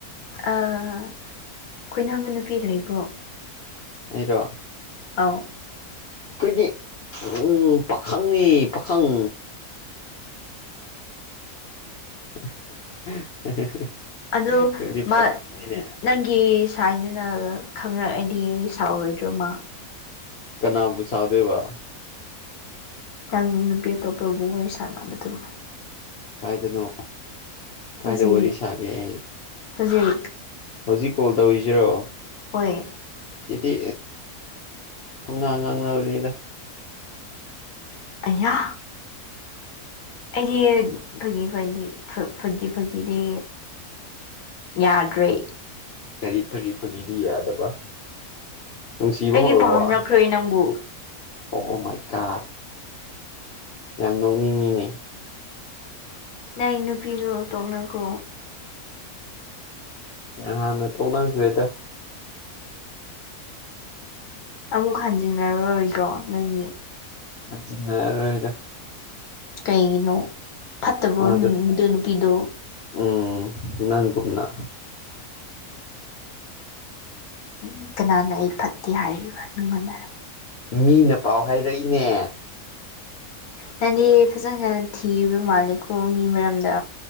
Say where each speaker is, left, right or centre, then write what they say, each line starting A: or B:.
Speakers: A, on the left; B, on the left.
A: ꯑꯩꯈꯣꯏꯅꯥꯝꯕ ꯅꯨꯄꯤ ꯂꯩꯕ꯭ꯔꯣ
B: ꯑꯩꯔꯣ
A: ꯑꯥꯎ
B: ꯑꯩꯈꯣꯏꯗꯤ ꯎꯝ ꯄꯥꯈꯪꯅꯤ ꯄꯥꯈꯪ <unintelligible>
A: ꯑꯗꯣ
B: ꯑꯩꯈꯣꯏꯗꯤ
A: ꯃꯥ
B: ꯄꯥꯈꯪꯅꯤꯅꯦ
A: ꯅꯪꯒꯤ ꯁꯥꯏꯗꯨꯅ ꯈꯪꯉꯛꯑꯗꯤ ꯑꯩ ꯁꯥꯎꯔꯣꯏꯗ꯭ꯔꯣꯃ
B: ꯀꯅꯥꯕꯨ ꯁꯥꯎꯗꯦꯕ
A: ꯅꯪ ꯅꯨꯄꯤ ꯑꯇꯣꯞꯄꯕꯨ ꯋꯥꯔꯤ ꯁꯥꯟꯅꯕꯗꯨꯝ
B: ꯀꯥꯏꯗꯅꯣ ꯀꯥꯏꯗ
A: ꯍꯧꯖꯤꯛ
B: ꯋꯥꯔꯤ ꯁꯥꯒꯦ ꯑꯩ
A: ꯍꯧꯖꯤꯛ
B: ꯍꯧꯖꯤꯛ ꯀꯣꯜ ꯇꯧꯔꯤꯁꯤꯔꯣ
A: ꯍꯣꯏ
B: ꯆꯦꯇꯤ ꯃꯉꯥ ꯉꯥꯡꯅꯕꯅꯤꯗ
A: ꯑꯌꯥ ꯑꯩꯗꯤ ꯐꯒꯤ ꯐꯅꯤ ꯐꯒꯤ ꯐꯒꯤꯅꯦ ꯌꯥꯗ꯭ꯔꯦ
B: ꯀꯔꯤ ꯐꯒꯤ ꯐꯒꯤꯗꯤ ꯌꯥꯗꯕ ꯅꯨꯡꯁꯤꯕ
A: ꯑꯩꯗꯤ
B: ꯍꯧꯔꯔꯕ
A: ꯄꯥꯝꯔꯛꯈ꯭ꯔꯦ ꯅꯪꯕꯨ
B: ꯑ ꯃꯥꯏ ꯀꯥ ꯌꯥꯝ ꯅꯣꯛꯅꯤꯡꯉꯤꯅ
A: ꯅ ꯅꯨꯄꯤꯤꯁꯨꯣ ꯇꯧꯅꯈꯣ
B: ꯍꯥꯟ ꯅ ꯇꯧꯅꯈꯦꯗ
A: ꯑꯃꯨꯛ ꯍꯟꯖꯤꯟꯅꯔꯣꯏꯗ꯭ꯔꯣ ꯅꯣꯏꯅꯤ
B: ꯖꯤꯅ ꯔꯍꯤꯗ
A: ꯀꯩꯒꯤꯅꯣ ꯐꯠꯇꯕ꯭ꯔꯣ
B: ꯃꯥꯗꯣ
A: ꯅꯨꯄꯤꯗꯣ
B: ꯎꯝ ꯅꯪ ꯀꯨꯝꯅꯥ
A: ꯎꯝ ꯀꯅꯥꯅ ꯑꯩ ꯐꯠꯇꯦ ꯍꯥꯏꯔꯤꯕ ꯅꯨꯡꯉꯟꯅ
B: ꯃꯤꯅ ꯄꯥꯎ ꯍꯥꯏꯔꯛꯏꯅꯦ
A: ꯅꯅꯦꯦ ꯐꯖꯅ ꯊꯤꯔꯤꯕ ꯃꯥꯂꯦꯀꯣ ꯃꯤ ꯃꯔꯝꯗ